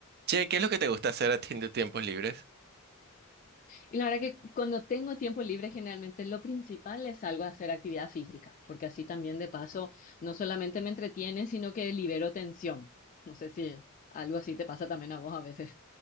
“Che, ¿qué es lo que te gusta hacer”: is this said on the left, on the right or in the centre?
Right